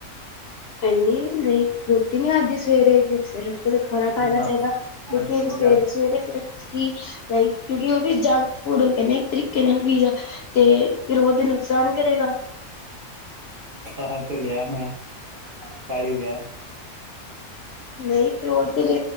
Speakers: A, on the left; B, on the right.
A: ਹੈਨੀ ਨਈਂ ਰੋਟੀ ਨਈਂ ਖਾਦੀ ਸਵੇਰੇ-ਸਵੇਰੇ ਉੱਠ ਕੇ ਖਾਨਾ-ਖਾਨਾ
B: ਨਾ
A: ਚਈਦਾ।
B: ਨਾ ਮੈਂ
A: ਕਿਓਂਕਿ
B: ਪੀਜ਼ਾ
A: ਸਵੇਰੇ-ਸਵੇਰੇ ਫਿਰ ਤੁਸੀਂ ਲਾਈਕ ਕਿਓਂਕਿ ਓ ਵੀ ਜੰਕ ਫੂਡ ਹੋ ਗੇਆ ਇੱਕ ਤਰੀਕੇ ਨਾਲ ਪੀਜ਼ਾ ਤੇ ਫਿਰ ਓ ਤੇ ਨੁਕਸਾਨ ਕਰੇਗਾ।
B: ਖਾ ਤੇ ਲੇਆ ਮੈਂ, ਕਰ ਈ ਰਿਆ।
A: ਨਈਂ ਫੇਰ ਓ ਤੇ ਚਲੋ